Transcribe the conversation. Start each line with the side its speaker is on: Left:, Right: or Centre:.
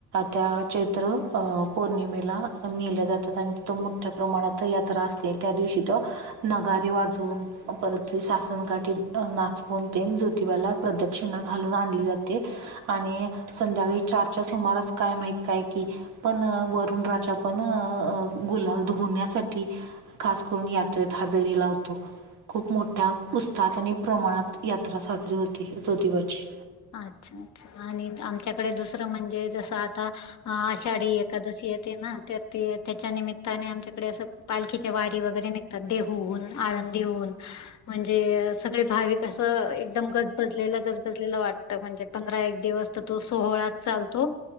Right: त्या चैत्र पौर्णिमेला नेल्या जातात अन त मोठ्या प्रमाणात यात्रा असते त्या दिवशी त नगारे वाजून परत ते सासन काठी नाचवून ते ज्योतिबाला प्रदक्षिणा घालून आणली जाते. आणि संध्याकाळी चारच्या सुमारास काय माहित काय कि पण वरुण राजा पण अ अ गुलाल धुण्यासाठी खास करून यात्रेत हजेरी लावतो. खूप मोठ्या पुस्तात आणि प्रमाणात यात्रा साजरी होती जोतिबाची.
Left: अच्छा अच्छा आणि आमच्याकडे दुसरं म्हणजे जसं आता आषाढी एकादशी य ते नंतर ते त्याच्या निमित्ताने आमच्याकडे अस पालखीच्या वारी वगैरे निघतात देव हून आनंदी हून म्हणजे सगळे भाविक कसं एकदम गजबजलेलं गजबजलेल वाट. म्हणजे पंधरा एक दिवस तर तो सोहळाच चालतो